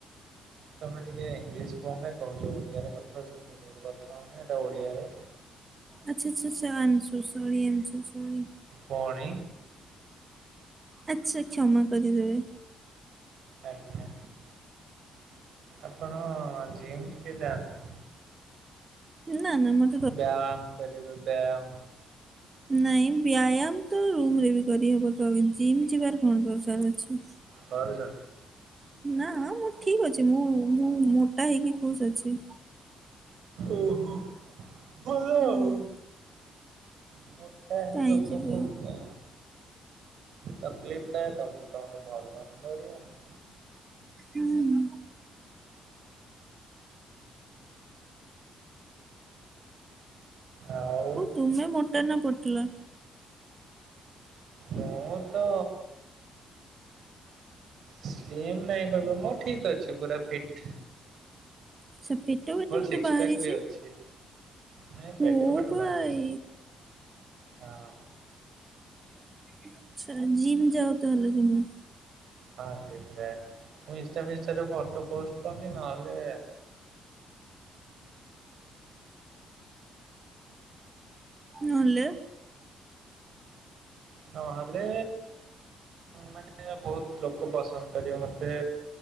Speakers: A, on the right; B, on the right.
A: ତମେ ଟିକେ ଇଙ୍ଗଲିଶ କଣ ପାଇଁ କହୁଛ ଓଡିଆରେ କ କଥା ହଉଚ ଓଡିଆରେ କଥା ହଉନ ଏଟା ଓଡିଆରେ।
B: ଆଚ୍ଛା ଆଚ୍ଛା ଆଚ୍ଛା ଆମ ସୋ ସରୀ ଆମ ସୋ ସରି।
A: ପୁଣି।
B: ଆଚ୍ଛା କ୍ଷମା କରିଦେବେ।
A: ଆଜ୍ଞା ଆପଣ ଜୀମ ଟିକେ ଯାଆନ୍ତୁ।
B: ନା ନା ମ
A: ବ୍ୟାୟାମ କରିବେ ବ୍ୟାୟାମ।
B: ନାଇଁ ବ୍ୟାୟାମ ତ ରୁମ ରେ ବି କରିହେବ ତ ଜିମ୍ ଯିବାର କଣ ଦରକାର ଅଛି?
A: କରୁଛ।
B: ନା ମୁଁ ଠିକ ଅଛି ମୁଁ ମୁଁ ମୋଟା ହେଇକି ଖୁସ୍ ଅଛି।
A: ଓହୋ ଭଲ
B: ହୁଁ
A: ଆଉ। ମୋଟା ହେଲେ
B: କାହିଁ
A: ଲୋକଙ୍କ
B: ଯିବ
A: ଉପ ତକଲିଫ ଥାଏ ତମକୁ ତମର ଭଲ <unintelligible>
B: ହୁଁ ହୁଁ।
A: ଆଉ
B: ତୁମେ ମୋଟା ନା ପତଲା?
A: ମୁଁ ତ ସ୍ଲିମ୍ ନାଇଁ କହିବ ମୁଁ ଠିକ ଅଛି ପୁରା ଫିଟ୍।
B: ଆଚ୍ଛା ପେଟ ଫେଟ
A: ମୋର
B: ବୋଧେ
A: ସିକ୍ସ
B: ବାହାରିଛି?
A: ପ୍ୟାକ୍ ବି ଅଛି। ନାଇଁ ପେଟ
B: ଓ
A: ଫେଟ
B: ଭାଇ
A: ବାହାରିଛି ହଁ।
B: ଆଚ୍ଛା। ଜିମ୍ ଯାଅ ତାହେଲେ ତୁମେ?
A: ହଁ ଜିମ୍ ଯାଏ। ମୁଁ ଇନ୍ଷ୍ଟା ଫିଷ୍ଟାରେ ଫଟୋ ପୋଷ୍ଟ କରୁନି ନହଲେ
B: ନହେଲେ
A: ନହେଲେ ମାନେ ବହୁତ ଲୋକ ପସନ୍ଦ କରିବେ ମତେ